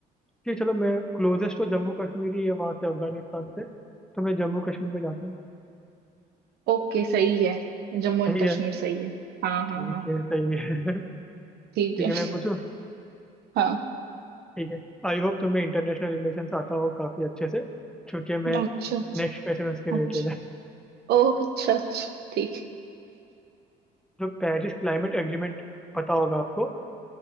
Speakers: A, in the centre; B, on the right (about 70°).
A: ठीक चलो मैं क्लोजेस्ट तो जम्मू कश्मीर ही है वहां से अफगानिस्तान से तो मैं जम्मू कश्मीर में जाता हूँ
B: ओके सही है जम्मू
A: सही
B: एंड कश्मीर
A: है
B: सही है हाँ हाँ
A: ठीक
B: हाँ
A: है सही है <laughs> ठीक
B: ठीक है
A: है मैं पूछूँ
B: हाँ
A: ठीक है आई होप तुम्हें इंटरनेशनल रिलेशन आता हो काफी अच्छे से क्योंकि मैं
B: अच्छा
A: नेक्स्ट क्वेश्चन उसके रिलेटेड
B: अच्छा
A: है
B: ओह अच्छा अच्छा ठीक है।
A: <laughs> जो पेरिस क्लाइमेट एग्रीमेंट पता होगा आपको